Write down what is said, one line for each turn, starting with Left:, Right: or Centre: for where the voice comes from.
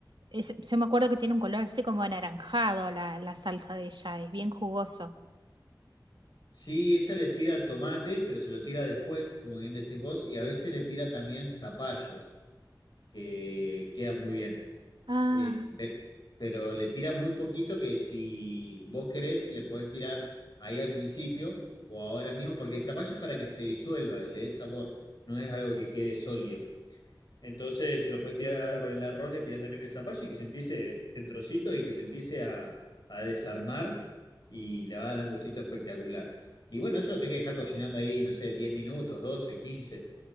Right: es- yo me acuerdo que tiene un color así como anaranjado la, la salsa de ella, es bien jugoso.
Left: Sí, ella le tira tomate, pero se lo tira después, como bien decís vos, y a veces le tira también zapallo, que queda muy bien.
Right: Ah,
Left: Eh, pe- pero le tira muy poquito que si vos querés, le podés tirar ahí al principio o ahora mismo, porque el zapallo es para que se disuelva y le dé sabor, no es algo que quede sólido. Entonces se lo puedes tirar ahora con el arroz, le tiras también el zapallo y que se empiece en trocitos y que se empiece a, a desarmar y le va a dar un gustito espectacular. Y bueno, eso lo tenés que dejar cocinando ahí, no sé, 10 minutos, 12, 15,